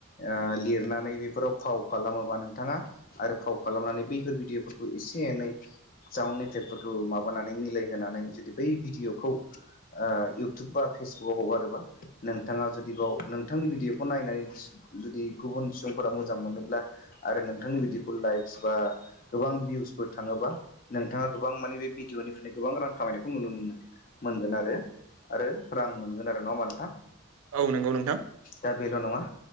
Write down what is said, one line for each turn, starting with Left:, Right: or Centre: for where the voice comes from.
Left: ओ लिरनानै बेफोराव फाव खालामोबा नोंथाङा आरो फाव खालामनानै बैफोर भिडिअ'फोरखौ एसे एनै साउन्ड एफेक्टफोरखौ माबानानै मिलायहोनानै जुदि बै भिडिअ'खौ ओ इउटुब बा फेसबुकआव हगारोबा नोंथाङा जुदि बाव नोंथांनि भिडिअ'खौ नायनायस जुदि गुबुन सुबुंफोरा मोजां मोनोब्ला आरो नोंथांनि बिदिखौ लाइक्स बा गोबां भिउसफोर थाङोबा नोंथाङा गोबां माने बे भिडिअ'निफ्राय गोबां रां खामायनायखौ नुनो मोनो। मोनगोन आरो आरो रां मोनगोन आरो नङा होमबा नोंथां?
Right: औ नंगौ नोंथां।
Left: दा बेल' नङा